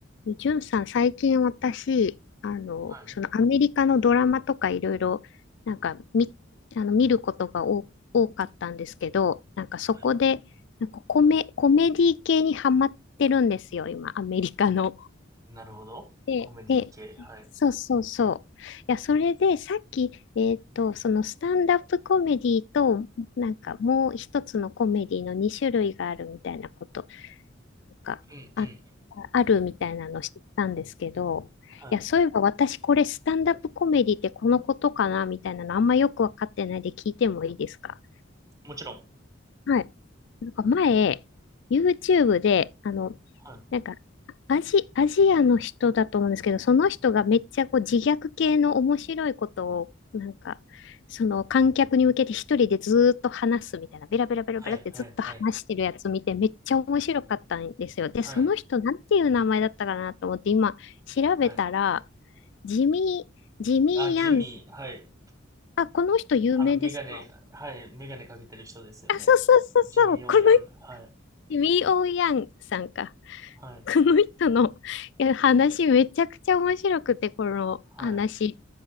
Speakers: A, on the left (about 65°); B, on the right (about 15°).
A: でジュンさん、最近私、あの、
B: はい。
A: そのアメリカのドラマとかいろいろ、
B: は
A: なんか見、あの見ることが多多かったんですけど、なんかそこで、
B: い。
A: なんかコメ、コメディ系にハマってるんですよ、今、アメリカの。
B: なるほど。
A: で、
B: コメディ系。
A: で、
B: はい。
A: そうそうそう。いや、それでさっき、えっと、そのスタンダップコメディと、なんかもう一つのコメディの2種類があるみたいなことなんか、
B: うんうん。
A: あ、あるみたいなの知ったんですけど、
B: は
A: いや、そういえば私これスタンダップコメディってこのことかなみたいなのあんまよくわかってないで聞いてもいいですか
B: い。もちろん。
A: はいなんか前、YouTube で、あの、
B: はい。
A: なんか、アジ、アジアの人だと思うんですけど、その人がめっちゃこう自虐系の面白いことを、なんか、その観客に向けて一人でずーっと話すみたいな、ベラベラベラベラってずっと話してるやつ見て、
B: はいはいはい。
A: めっちゃ面白かったんですよ。で、
B: はい。
A: その人、なんていう名前だったかなと思って、今、調べたら、
B: はい。
A: ジミー、ジミー・
B: あ、ジミー。
A: ヤン、
B: はい。
A: あ、この人有名ですか
B: あの、メガネ、はい。メガネかけてる人ですよね。
A: あ、そうそうそうそう、
B: ジミー・ヨーヤング。
A: この
B: はい。
A: ジミー・オー・ヤンさんか。
B: はい。
A: この人の <laughs> いや話めちゃくちゃ面白くて、この話。
B: はい。